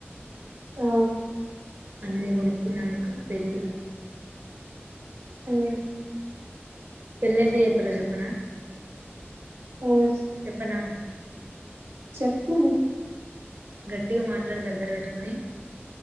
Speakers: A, on the right; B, on the right.
A: ఆ
B: అన్ని కొనుక్కున్నంక పెళ్ళి
A: ఉ
B: పెళ్ళి ఎట్లా చేత్తారో చెప్పనా
A: ఉమ్
B: చెప్పనా
A: చెప్పు
B: గట్టిగా మాట్లాడి దగ్గర పెట్టుకుని